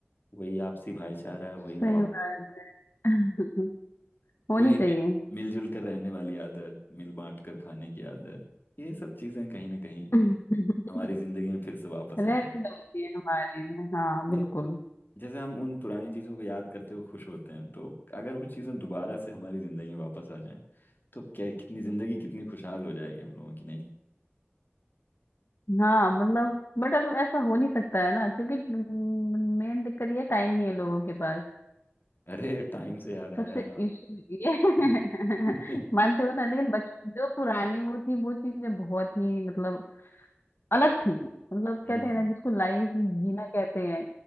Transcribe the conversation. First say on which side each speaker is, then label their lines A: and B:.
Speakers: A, on the left (about 55°); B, on the left (about 65°).
A: वही आपसी भाईचारा वही
B: सही
A: मोहब्बत
B: बात है <laughs> होनी
A: वही
B: चाहिए
A: मिल मिलजुल कर रहने वाली आदत मिल बांट कर खाने की आदत ये सब चीजें कहीं ना कहीं
B: <laughs>
A: हमारी जिंदगी में फिर से वापस
B: रह
A: आनी
B: जाती है हमारे में हाँ
A: मतलब
B: बिल्कुल
A: जैसे हम उन पुरानी चीजों को याद करते हुए खुश होते हैं तो अगर वो चीजें दोबारा से हमारी जिंदगी में वापस आ जाएं तो क्या कितनी जिंदगी कितनी खुशहाल हो जाएगी हम लोगों की नहीं
B: हाँ मतलब बट अब ऐसा हो नहीं सकता है ना क्योंकि मेन दिक्कत ये टाइम नहीं है लोगों के पास
A: अरे टाइम से याद आया
B: सबसे इशू ये <laughs>
A: हम्म,
B: मानते हो ना लेकिन बच जो पुरानी वो थी वो चीजें बहुत ही मतलब अलग थी मतलब
A: हम्म।
B: कहते हैं ना जिसको लाइफ जीना कहते हैं